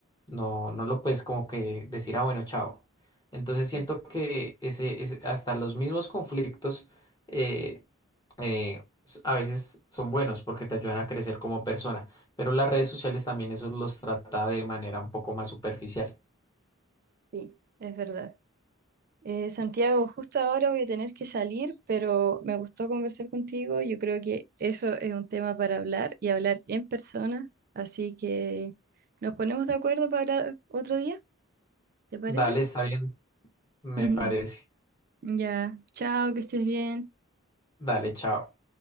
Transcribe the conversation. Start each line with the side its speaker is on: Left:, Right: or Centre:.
Left: No, no lo puedes como que decir, ah, bueno, chao. Entonces siento
Right: sí,
Left: que ese, ese- hasta los mismos conflictos eh, eh, s- a veces son buenos porque te ayudan a crecer como persona, pero las redes sociales también eso los trata de manera un poco más superficial.
Right: sí. Es verdad. Eh, Santiago, justo ahora voy a tener que salir, pero me gustó conversar contigo. Yo creo que eso es un tema para hablar y hablar en persona. Así que nos ponemos de acuerdo para otro día, ¿te parece?
Left: Dale, está bien, me
Right: <laughs>
Left: parece.
Right: Ya, chao, que estés bien.
Left: Dale, chao.